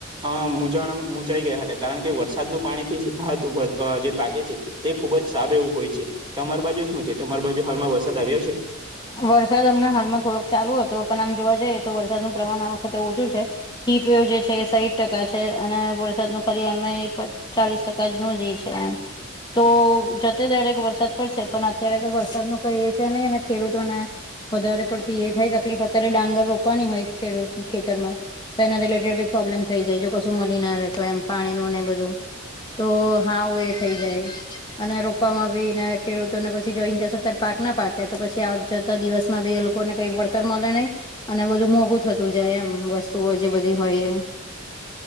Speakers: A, on the right (about 25°); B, on the left (about 20°).
A: અ મૂંઝાણ મુંજાઈ ગયા હતા. કારણ કે વરસાદનું પાણીથી જ હતું ભાત જે લાગે છે તે ખુબ જ સારું એવું હોય છે. તમાર બાજુ શું છે તમાર બાજુ હાલમાં વરસાદ આવ્યો છે?
B: વરસાદ અમણાં હાલમાં થોડોક ચાલુ હતો પણ આમ જોવા જઈએ તો વરસાદનું પ્રમાણ આ વખતે ઓછું છે. હીટવેવ જે છે એ સાહીઠ ટકા છે. અને વરસાદનો પરી એમય પર ચાલીસ ટકા જ નું જ એ છે એમ. તો જતે દારેક વરસાદ પડશે પણ અત્યારે તો વરસાદનું કઈ એ છે નહીં અને ખેડૂતોને વધારે પડતી એ થાય તકલીફ અત્યારે ડાંગર રોપવાની હોય ખેડૂતને ખેતરમાં. તો એના રિલેટેડ બી પ્રોબ્લેમ થઈ જાય જો કશું મલી ના રે તો એમ પાણીનું ને એ બધું. તો હાવ એ થઈ જાય. અને રોપવામાં આવીને ખેડૂતોને પછી જોઈ ન કેશે અતારે પાક ના પાકે. તો પછી આ જતા દિવસમાં બે લોકોને કઈ વળતર મલે નહીં. અને બધું મોંઘું થતું જાય એમ વસ્તુઓ જે બધી હોય એ.